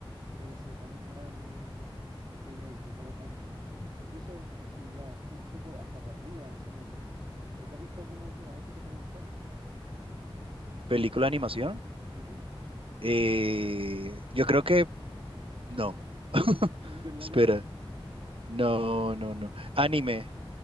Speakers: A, on the right; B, on the right.
A: que haya sido tan memorable y que haya disfrutado tanto. Incluso es que ya estoy un poco hasta perdido en ese mundo. ¿Pero tú has visto alguna últimamente que te haya gustado?
B: Película de animación.
A: Ujú.
B: Eh, yo creo que no. <laughs>
A: <laughs> ¿Verdad
B: Espera.
A: que no?
B: No, no, no. Anime.